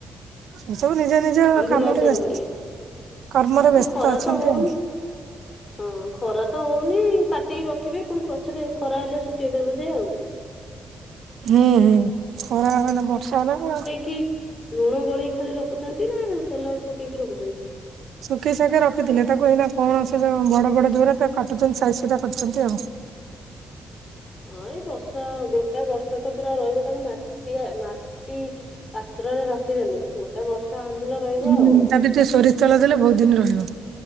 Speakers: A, on the right; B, on the left.
A: ଏ ସବୁ ନିଜ ନିଜ
B: ଆମ୍ବୁଲ
A: କାମରେ
B: ଆଚାର
A: ବ୍ୟସ୍ତ
B: କରିବେ
A: କର୍ମରେ ବ୍ୟସ୍ତ
B: ଏ ଖରା
A: ଅଛନ୍ତି
B: ତ ହଉନି।
A: ଆଉ
B: ହଁ ଖରା ତ ହଉନି କାଟିକି ରଖିବେ ପୁଣି ସେରେ ଖରା ହେଲେ ଶୁଖେଇବେ ବୋଧେ ଆଉ
A: ହୁଁ ହୁଁ ଖରା ମାନ ବର୍ଷା ହେଲାଣି ଆଉ
B: କି ଲୁଣ ଗୋଳେଇ ଖାଲି ରଖୁଚନ୍ତି ନା ତେଲ ପକେଇକି ରଖୁଚନ୍ତି?
A: ଶୁଖି ଶଖେ ରଖିଥିଲେ ତାକୁ ଏଇନା କଣ ସେ ଯୋ ବଡ ବଡ ଯୋଉରା ତା କାଟୁଚନ୍ତି ସାଇଜ ସୁଜା କରୁଚ଼ନ୍ତି ଆଉ
B: ହଁ ଏଇ ବର୍ଷା ଗୋଟା ବର୍ଷା ତ ପୁରା ରହିବ ତାକୁ ମାଟିଆ ମାଟି ପାତ୍ରରେ ରଖିଦେଲେ ଗୋଟେ ବର୍ଷ ଆମ୍ବୁଲ ରହିବ
A: ହୁଁ।
B: ଆଉ।
A: ତା ଦେହରେ ଟିକେ ସୋରିଷ ତେଲ ଦେଲେ ବହୁତ ଦିନ ରହିବ